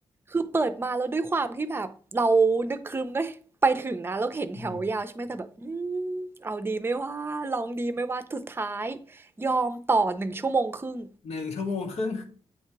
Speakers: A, on the right; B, on the left.
A: คือเปิดมาแล้วด้วยความที่แบบเรานึกครึ้มไงไปถึงนะแล้วเห็นแถวยาวใช่ไหมแต่แบบอืมเอาดีไม่ว่าลองดีไม่ว่าสุดท้าย
B: อืม
A: ยอมต่อหนึ่งชั่วโมงครึ่ง
B: หนึ่งชั่วโมงครึ่ง